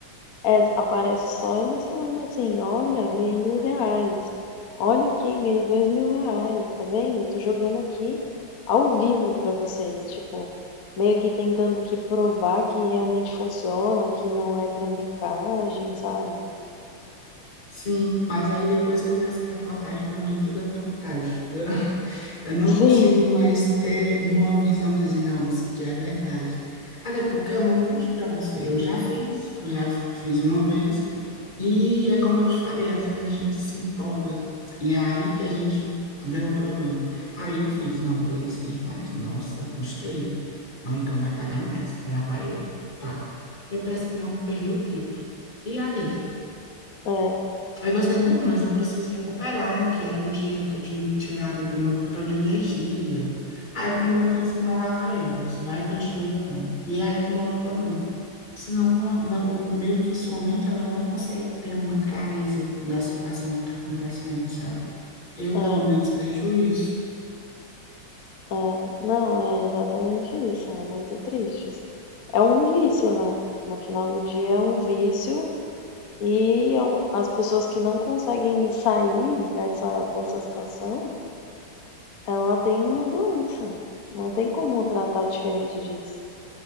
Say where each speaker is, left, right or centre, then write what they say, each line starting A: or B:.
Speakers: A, on the left (about 55°); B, on the left (about 20°).
A: É, aparece só eles falando assim, olha, ganhei mil reais. Olha aqui, ganhei dois mil reais, tá vendo? Eu tô jogando aqui ao vivo pra vocês, tipo, meio que tentando que provar que realmente funciona, que não é trambicagem, sabe?
B: Sim, mas aí depois que eu vi essa reportagem, para mim tudo é trapicagem. Eu, <laughs> eu não
A: <laughs> Sim,
B: consigo mais ter uma visão de dizer, não, isso aqui é verdade. Até porque eu não vou mentir para você, eu já fiz, eu já f- fiz uma vez. E é como eu te falei, às vezes a gente se empolga. E é aí que a gente vê o problema. Aí eu fiz, não, ganhei 100 reais. Nossa, gostei. Não, então vai pagar mais. Lá vai eu. Pá. Eu penso que não, eu perdi o triplo. E aí?
A: é,
B: Aí você, não, mas eu preciso recuperar, que era um dinheiro que eu tinha tirado do meu papel de energia. Aí quando eu penso que não, lá vai eu. Aí você vai e continua jogando. E é aí que mora o problema. Senão, com- na- o, meio que sua mente, ela não consegue ter uma clareza da situação que está acontecendo, sabe? Eu,
A: é,
B: pelo menos, vejo isso,
A: é. Não, é exatamente isso. É muito triste, assim. É um vício, né? No final do dia é um vício E é um- as pessoas que não conseguem sair dessa, dessa situação, ela tem uma doença. Não tem como tratar diferente disso.